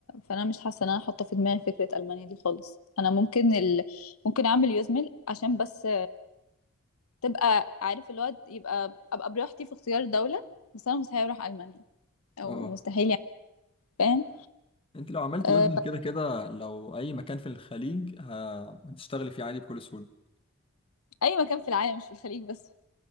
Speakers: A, on the left; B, on the left.
A: فانا مش حاسه ان انا حاطه في دماغي فكره المانيا دي خالص انا ممكن ال... ممكن اعمل يوزمل عشان بس تبقى عارف الواد يبقى ابقى براحتي في اختيار دوله بس انا مستحيل اروح المانيا او
B: اه
A: مستحيل يعني فاهم
B: انت لو عملت
A: أه...
B: يوزلي
A: بس
B: كده كده لو اي مكان في الخليج ه- هتشتغلي فيه عادي بكل سهوله
A: اي مكان في العالم مش في الخليج بس